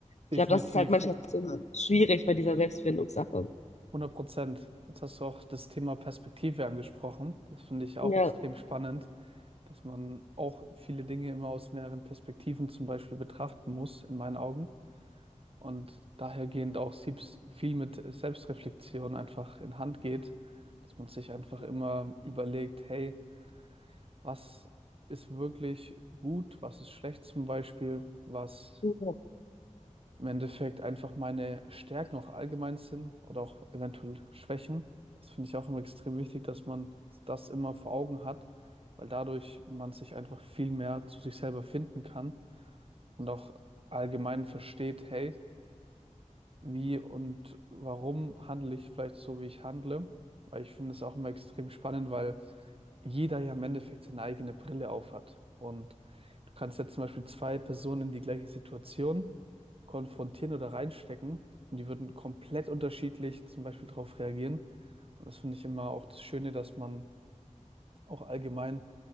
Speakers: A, on the right (about 45°); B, on the left (about 60°).
A: definitiv.
B: Ich glaube, das ist halt manchmal ein bisschen schwierig bei dieser Selbstfindungssache.
A: hundert Prozent. Jetzt hast du auch das Thema Perspektive angesprochen. Das finde ich auch
B: Ja,
A: extrem spannend, dass man auch viele Dinge immer aus mehreren Perspektiven zum Beispiel betrachten muss, in meinen Augen. Und dahergehend auch Siebs viel mit Selbstreflexion einfach in Hand geht, dass man sich einfach immer überlegt, hey, was ist wirklich gut, was ist schlecht zum Beispiel, was
B: ja.
A: im Endeffekt einfach meine Stärken auch allgemein sind oder auch eventuell Schwächen. Das finde ich auch immer extrem wichtig, dass man das immer vor Augen hat, weil dadurch man sich einfach viel mehr zu sich selber finden kann und auch allgemein versteht, hey, wie und warum handle ich vielleicht so, wie ich handle. Weil ich finde es auch immer extrem spannend, weil jeder ja im Endeffekt seine eigene Brille aufhat. Und du kannst jetzt zum Beispiel zwei Personen in die gleiche Situation konfrontieren oder reinstecken und die würden komplett unterschiedlich zum Beispiel darauf reagieren. Und das finde ich immer auch das Schöne, dass man auch allgemein